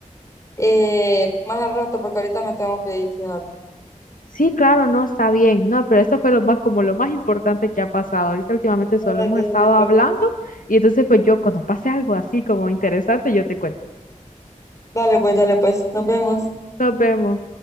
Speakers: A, on the left (about 20°); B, on the left (about 80°).
A: eh, más al rato, porque ahorita me tengo que ir, fíjate.
B: Sí, claro, no, está bien, no, pero esto fue lo más, como lo más importante que ha pasado. Ahorita últimamente
A: Dale,
B: solo hemos
A: dale,
B: estado
A: pues.
B: hablando y entonces pues yo cuando pase algo así como interesante, yo te cuento.
A: Dale, pues, dale, pues, nos vemos.
B: Nos vemos.